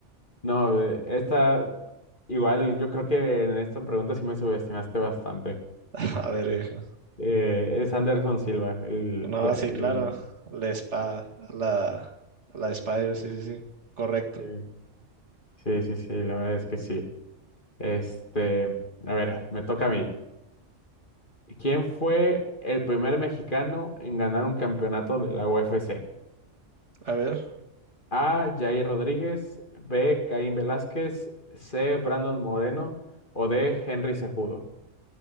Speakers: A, on the left; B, on the right.
A: No, eh, esta igual yo creo que en esta pregunta sí me subestimaste bastante.
B: <laughs> A ver,
A: Eh,
B: viejo.
A: eh, es Anderson Silva, el
B: No,
A: brasileño.
B: sí, claro. La spa, la, la Spider, sí, sí, sí. Correcto.
A: Sí, sí, sí, sí, la verdad es que sí. Este, a ver, me toca a mí. ¿Quién fue el primer mexicano en ganar un campeonato de la UFC?
B: A ver,
A: A. Jair Rodríguez, B. Caín Velázquez, C. Brandon Moreno o D. Henry Cejudo.